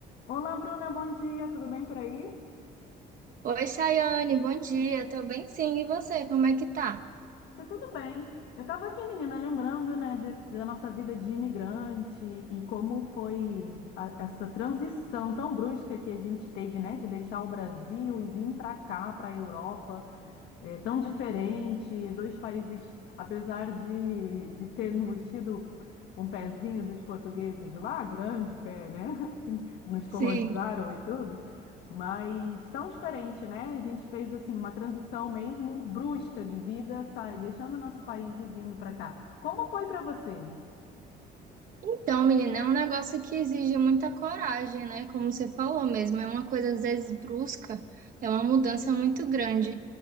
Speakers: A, on the left (about 80°); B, on the right (about 55°).
A: Olá, Bruna, bom dia, tudo bem por aí?
B: Oi, Chayane, bom dia. Tô bem sim, e você, como é que tá?
A: Tá tudo bem. Eu estava aqui, menina, lembrando, né, desse- da nossa vida de imigrante e como foi a- essa transição tão brusca que a gente teve, né, de deixar o Brasil e vir para cá, para a Europa. é, tão diferente, dois países, apesar de, de termos tido um pezinho dos portugueses lá, grande pé, né? <laughs> Nos colonizaram
B: Sim,
A: e tudo, mas tão diferente, né? A gente fez assim uma transição mesmo brusca de vida, sai, deixando o nosso país e vindo para cá. Como foi para você?
B: Então, menina, é um negócio que exige muita coragem, né? Como você falou mesmo, é uma coisa às vezes brusca, é uma mudança muito grande.